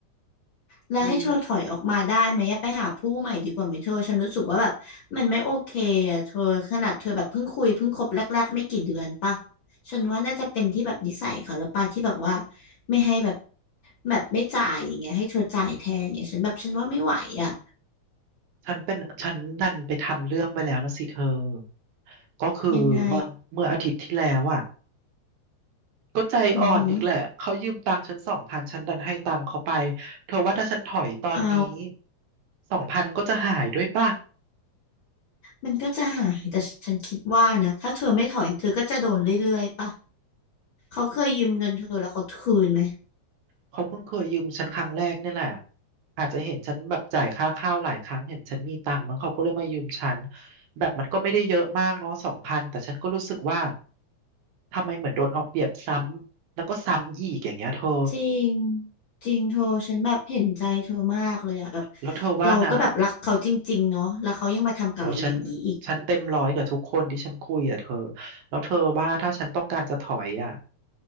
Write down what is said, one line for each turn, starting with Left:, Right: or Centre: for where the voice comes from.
Left: แล้วให้เธอถอยออกมาได้ไหมอะไปหาผู้ใหม่ดีกว่าไหมเธอฉันรู้สึกว่าแบบมันไม่โอเคอะเธอขนาดเธอแบบเพิ่งคุยเพิ่งคบแรกๆไม่กี่เดือนปะ
Right: มี
Left: ฉันว่าน่าจะเป็นที่แบบนิสัยเขาแล้วปะที่แบบว่าไม่ให้แบบแบบไม่จ่ายอย่างเงี้ยให้เธอจ่ายแทนอย่างเงี้ยฉันแบบฉันว่าไม่ไหวอะ
Right: ฉันเป็นฉันดันไปทำเรื่องไปแล้วนะสิเธอก็คือเมื่อเมื่ออาทิตย์ที่แล้วอ่ะ
Left: ยังไง
Right: ก็ใจอ่อนอีกแหละเขายืมตังค์ฉันสองพันฉันดันให้ตังค์เขาไป
Left: อือหือ
Right: เธอว่าถ้าฉันถอยตอนนี้
Left: เอา
Right: สองพันก็จะหายด้วยป่ะ
Left: มันก็จะหายแต่ฉันคิดว่านะถ้าเธอไม่ถอยเธอก็จะโดนเรื่อยๆปะเขาเคยยืมเงินเธอแล้วเขาคืนไหม
Right: เขาเพิ่งเคยยืมฉันครั้งแรกนี่แหละอาจจะเห็นฉันแบบจ่ายค่าข้าวหลายครั้งเห็นฉันมีตังค์มั้งเขาก็เลยมายืมฉันแบบมันก็ไม่ได้เยอะมากเนาะสองพันแต่ฉันก็รู้สึกว่าทำไมเหมือนโดนเอาเปรียบซ้ำแล้วก็ซ้ำอีกอย่างเงี้ยเธอ
Left: จริงจริงเธอฉันแบบเห็นใจเธอมากเลยอะแบบ
Right: แล้วเธอว่านะ
Left: เราก็แบบรักเขาจริงๆเนาะแล้วเขายังมาทำกับเราอย่างนี้อีก
Right: โอ้ยฉันฉันเต็มร้อยกับทุกคนที่ฉันคุยอ่ะเธอแล้วเธอว่าถ้าฉันต้องการจะถอยอ่ะ